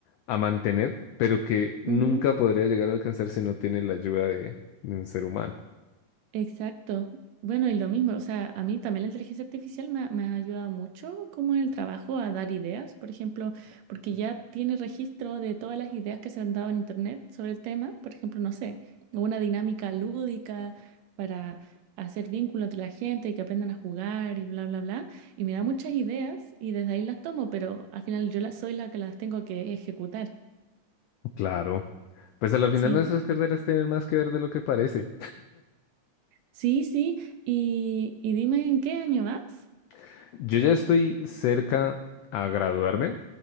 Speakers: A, on the left (about 85°); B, on the right (about 75°).
A: a mantener, pero que nunca
B: ujú.
A: podría llegar a alcanzar si no tiene la ayuda de, de un ser humano.
B: Exacto. Bueno, y lo mismo, o sea, a mí también la inteligencia artificial me, ha me ha ayudado mucho como en el trabajo a dar ideas, por ejemplo, porque ya tiene registro de todas las ideas que se han dado en internet sobre el tema, por ejemplo, no sé, una dinámica lúdica para hacer vínculo entre la gente y que aprendan a jugar y bla, bla, bla, y me da muchas ideas y desde ahí las tomo, pero al final yo la- soy la que las tengo que ejecutar.
A: Claro. Pues a la final
B: Sí,
A: nuestras carreras tienen más que ver de lo que parece.
B: sí, sí, y, y dime en qué año vas,
A: <laughs> Yo ya estoy cerca a graduarme.